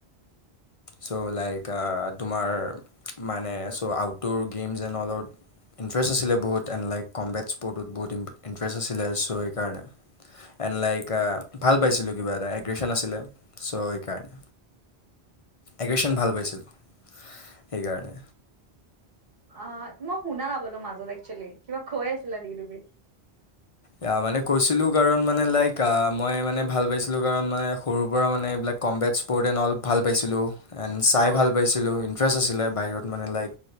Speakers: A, on the left (about 35°); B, on the right (about 60°).
A: চ' লাইক আহ তোমাৰ মানে চ' আউটড'ৰ গেমছ এড অলত ইণ্টাৰেষ্ট আছিলে বহুত এণ্ড লাইক কম্বেটছ স্পৰ্টত বহুত ইণ্টাৰেষ্ট আছিলে চ' সেইকাৰণে এণ্ড লাইক ভাল পাইছিলোঁ কিবা এটা, এগ্ৰে্ছন আছিলে চ' সেইকাৰণে এগ্ৰে্ছন ভাল পাইছিলোঁ সেইকাৰণে।
B: অ', মই শুনা নাপালোঁ মাজত একছুৱেলী, কিবা কই আছিলা নেকি তুমি?
A: য়াহ মানে কৈছিলো কাৰণ মানে লাইক আহ মই মানে ভাল পাইছিলো কাৰণ মানে সৰুৰ পৰা মানে এইবিলাক কম্বেটছ স্পট এণ্ড অল ভাল পাইছিলোঁ। এন চাই
B: অ',
A: ভাল পাইছিলোঁ, ইণ্টাৰেষ্ট আছিলে, বাহিৰত মানে লাইক